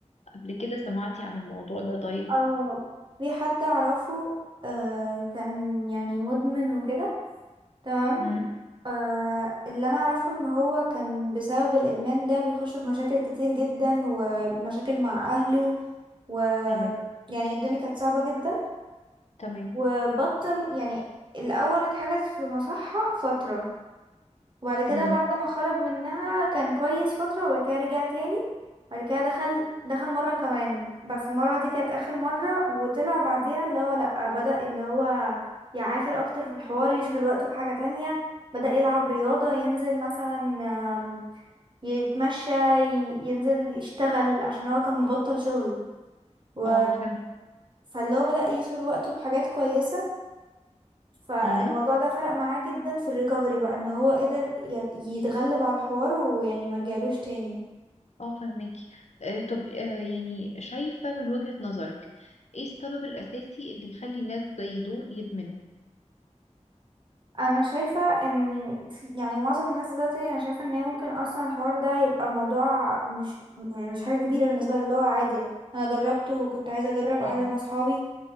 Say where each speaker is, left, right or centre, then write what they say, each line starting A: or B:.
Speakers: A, on the left; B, on the right.
A: قبل كده سمعتي عن الموضوع ده طيب
B: اه في حد اعرفه آه كان يعني مدمن وكده تمام
A: مم.
B: آه اللي انا اعرفه ان هو كان بسبب الادمان ده بيخش في مشاكل كتير جدا ومشاكل مع اهله و
A: تمام
B: يعني الدنيا كانت صعبة جدا
A: تمام
B: وبطل يعني الاول اتحجز في مصحة فترة وبعد كده
A: مم.
B: بعد ما خرج منها كان كويس فترة وبعد كده رجع تاني بعد كده دخل دخل مرة كمان بس المرة دي كانت آخر مرة وطلع بعديها اللي هو لأ بدأ اللي هو يعافر أكتر في الحوار يشغل وقته بحاجة تانية بدأ يلعب رياضة ينزل مثلا آم، يتمشى ي- ينزل يشتغل عشان هو كان مبطل شغل و
A: اه فهمت
B: فاللي هو بدأ يشغل وقته بحاجات كويسة فالموضوع
A: مم.
B: ده فرق معاه جدا في الريكفري بقى ان هو قدر ي- يتغلب على الحوار ويعني مرجعلوش تاني
A: اه فهماكي آه طب آه يعني شايفة من وجهة نظرك ايه السبب الأساسي اللي يخلي الناس زي دول يدمنوا
B: انا شايفة ان في- يعني معظم الناس دلوقتي انا شايفة ان هي ممكن اصلا الحوار ده يبقى موضوع مش يعني مش حاجة كبيرة بالنسبة لها اللي هو عادي انا جربته وكنت عايزة اجرب قاعدة
A: اه
B: مع صحابي